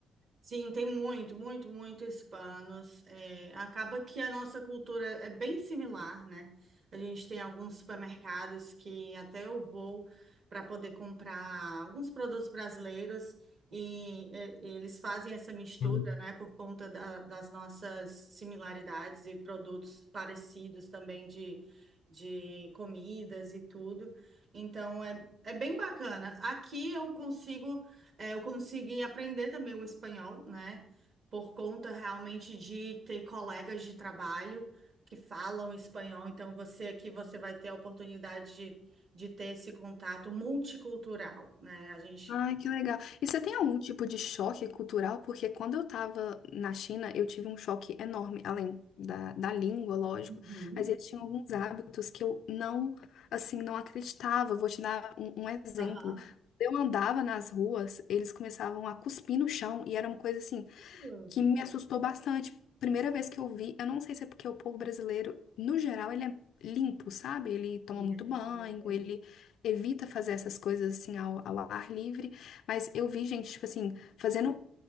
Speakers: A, on the right; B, on the left.
A: Sim, tem muito, muito, muito hispanos. É, acaba que a nossa cultura é bem similar, né? A gente tem alguns supermercados que até eu vou para poder comprar alguns produtos brasileiros e, é, eles fazem essa mistura,
B: Hum.
A: né? Por conta da- das nossas similaridades e produtos parecidos também de, de comidas e tudo. Então, é, é bem bacana. Aqui eu consigo. É, eu consegui aprender também o espanhol, né? Por conta realmente de ter colegas de trabalho que falam espanhol. Então, você aqui, você vai ter a oportunidade de, de ter esse contato multicultural, né? A gente.
B: Ai, que legal. E você tem algum tipo de choque cultural? Porque quando eu tava na China, eu tive um choque enorme, além da, da língua, lógico,
A: Uhum.
B: mas eles tinham alguns hábitos que eu não, assim, não acreditava. Vou te dar um, um exemplo.
A: Aham.
B: Eu andava nas ruas, eles começavam a cuspir no chão, e era uma coisa assim.
A: Hum.
B: que me assustou bastante. Primeira vez que eu vi, eu não sei se é porque o povo brasileiro, no geral, ele é limpo, sabe? Ele toma
A: Sim,
B: muito
A: a gente
B: banho,
A: tem aqui.
B: ele evita fazer essas coisas assim ao, ao ar livre, mas eu vi gente, tipo assim, fazendo.